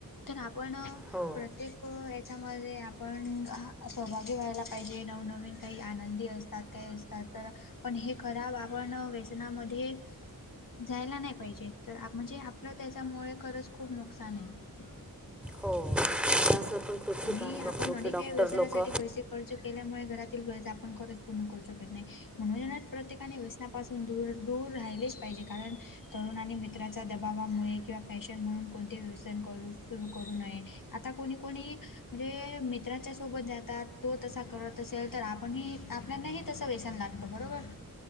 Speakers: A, on the left (about 60°); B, in the centre.
A: तर आपण
B: हो
A: प्रत्येक ह्याच्यामध्ये आपण सहभागी व्हायला पाहिजे नवनवीन काही आनंदी असतात काही अस तात तर पण हे खराब आपण वेसनामधे जायला नाही पाहिजे तर म्हणजे आपलं त्याच्यामुळे खरंच खूप नुकसान आहे.
B: हो त्यास पण खूप
A: आणि
B: ठिकाणी
A: आपण
B: बघतो
A: अनेक
B: की डॉक्टर
A: व व्यवसायानासाठी
B: लोक
A: पैसे. खर्च केल्यामुळे घरातील गरज आपण खच पूर्ण करू शकत नाही म्हणून प्रत्येका व्यस्थापन. पासून दूर दूर राहिलेच पाहिजे कारण. तरुणानी मित्राच्या दबावामुळे किंवा फॅशन म्हणून कोणते वेसन करू सुरू करू नये. आता कोणी कोणी. म्हणजे मित्रांच्या सोबत जातात तो तसा करत असेल तर आपण ही. दुसऱ्यांनाही तसं वेसन लागतं बरोबर.